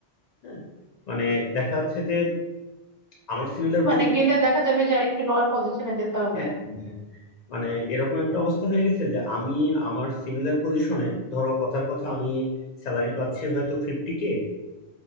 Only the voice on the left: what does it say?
হ্যাঁ মানে দেখা যাচ্ছে যে আমার সিমিলার
পজিশন মানে এরকম একটা অবস্থা হয়ে গেছে যে আমি আমার সিমিলার পজিশনে ধরো কথার কথা আমি স্যালারি পাচ্ছি হয়তো ফিফটি কে